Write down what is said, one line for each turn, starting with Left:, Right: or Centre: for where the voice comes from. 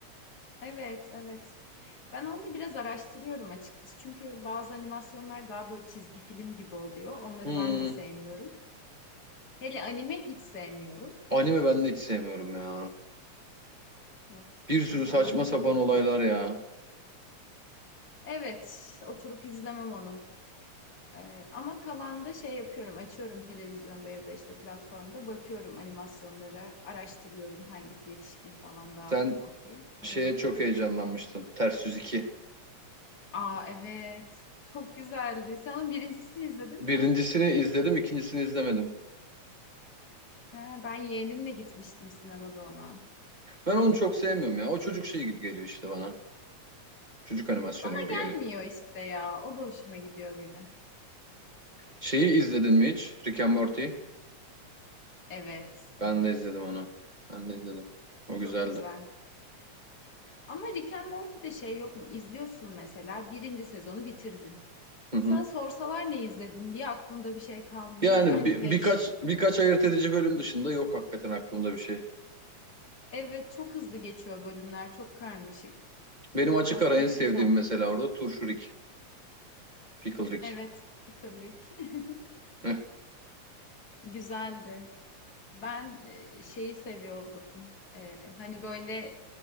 Left: evet evet. Ben onu da biraz araştırıyorum açıkçası. Çünkü bazı animasyonlar daha böyle çizgi film gibi oluyor. Onları
Right: Hmm,
Left: ben de sevmiyorum. Hele anime hiç sevmiyorum.
Right: anime ben de hiç sevmiyorum ya.
Left: Yok,
Right: Bir sürü saçma
Left: aram yok
Right: sapan
Left: benim
Right: olaylar
Left: de.
Right: ya.
Left: Evet, oturup izlemem onu. Ee, ama kalanda şey yapıyorum, açıyorum televizyonda ya da işte platformda bakıyorum animasyonlara, araştırıyorum hangisi yetişkin falan daha
Right: Sen
Left: okey. Ona
Right: şeye
Left: bakıyorum.
Right: çok heyecanlanmıştın. Ters Yüz 2.
Left: Aa evet, çok güzeldi. Sen onun birincisini izledin
Right: Birincisini
Left: mi?
Right: izledim, ikincisini izlemedim.
Left: He, ben yeğenimle gitmiştim sinemada ona.
Right: Ben onu çok sevmiyorum ya. O çocuk şeyi gibi geliyor işte bana. Çocuk animasyonu
Left: Bana
Right: gibi
Left: gelmiyor
Right: geliyor.
Left: işte ya, o da hoşuma gidiyor benim.
Right: Şeyi izledin mi hiç? Rick and Morty.
Left: Evet, evet,
Right: Ben de izledim onu. Ben de izledim. O
Left: çok
Right: güzeldi.
Left: güzel. Ama Rick and Morty'de şey yok mu? İzliyorsun mesela birinci sezonu bitirdin.
Right: Hı
Left: Sana
Right: hı.
Left: sorsalar ne izledin diye aklında bir şey kalmıyor
Right: Yani
Left: ya
Right: bir,
Left: <laughs> pek.
Right: birkaç birkaç ayırt edici bölüm dışında yok hakikaten aklımda bir şey.
Left: Evet çok hızlı geçiyor bölümler çok karmaşık.
Right: Benim açık
Left: Aslında
Right: ara en sevdiğim
Left: güzel.
Right: mesela orada turşurik, pickle Rick.
Left: Evet Pickle Rick <laughs>
Right: Heh.
Left: güzeldi. Ben e, şeyi seviyordum. E, hani böyle